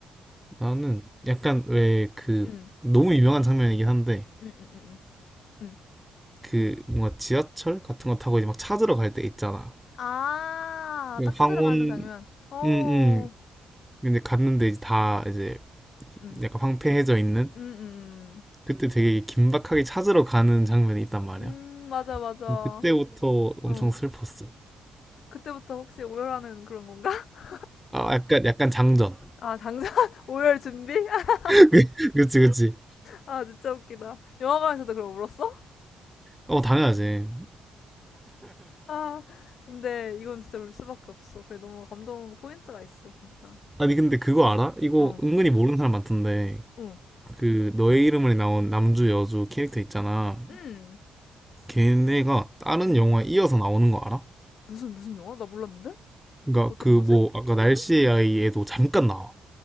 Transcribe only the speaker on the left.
응
응응응 응.
아,
딱 찾으러
가는 장면. 어,
응
응. 응 응.
음, 맞아, 맞아.
어,
그때부터 혹시 오열하는 그런 건가? <laughs>
아, 장전 <laughs> 오열 준비? <laughs>
아, 진짜 웃기다. 영화관에서도 그럼 울었어?
아, 근데 이건 진짜 울 수밖에 없어. 그게 너무 감동 포인트가 있어, 진짜.
어,
어,
응.
응.
무슨, 무슨 영화? 나 몰랐는데?
어떤
거지?